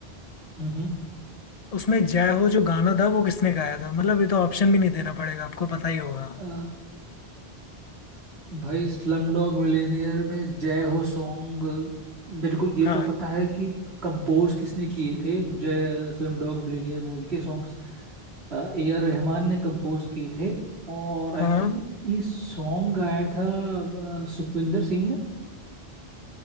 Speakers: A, on the right (about 80°); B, on the left (about 40°).
A: हम्म हम्म।
B: उसमें जय हो जो गाना था वो किसने गाया था मतलब ये तो ऑप्शन भी नहीं देना पड़ेगा आपको पता ही होगा
A: अ, भाई स्लम डॉग मिलियनेयर में जय हो सॉन्ग मेरे को ये
B: हाँ
A: तो पता है कि कंपोज किसने किए थे जय स्लम डॉग मिलियनेयर मूवी के सॉन्ग्स ए आर रहमान ने कंपोज किए थे और आई
B: हाँ
A: थिंक ये सॉन्ग गाया था अ, सुखविंदर सिंह ने